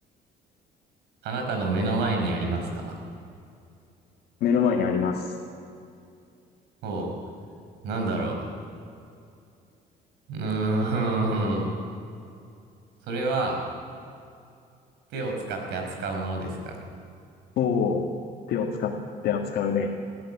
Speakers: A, on the right; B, on the left.
A: あなたの目の前にありますか
B: 目の前にあります。
A: おう、なんだろう。うーん。<laughs> それは、手を使って扱うものですか
B: おー、手を使って扱うね。